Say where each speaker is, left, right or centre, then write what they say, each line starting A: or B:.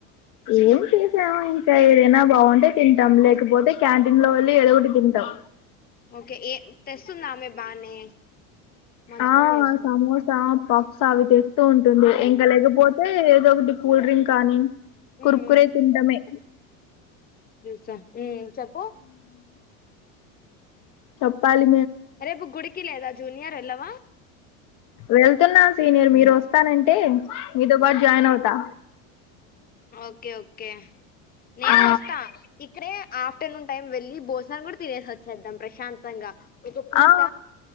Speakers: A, on the left; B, on the left.
A: ఏం చేసాము ఇంకా ఏదైనా బాగుంటే తింటాం లేకపోతే క్యాంటీన్ లో వెళ్ళి ఏదో ఒకటి తింటాం
B: ఓకే ఏ తెస్తుందామె బానే మంచి
A: ఆ
B: పని చేస్తుంది
A: సమోసా పఫ్స్ అవి తెస్తూ ఉంటుంది ఇంకా లేకపోతే ఏదో ఒకటి కూల్ డ్రింక్ కానీ
B: ఉమ్,
A: కురుకురే తింటమే
B: ఉ చెప్పు
A: చొప్పాలి
B: రేపు గుడికి లేదా జూనియర్ ఎలావ్ మా
A: వెళ్తున్నాను సీనియర్ మీరు వస్తానంటే మీతో పాటు జాయిన్ అవుతా
B: ఓకే ఓకే నేను
A: ఆ
B: వస్తా ఇక్కడే ఆఫ్టర్నూన్ టైం వెళ్ళి బో అన్నం కూడా తినేసి వచ్చేద్దాం ప్రశాంతంగా ఒక పూట
A: ఆ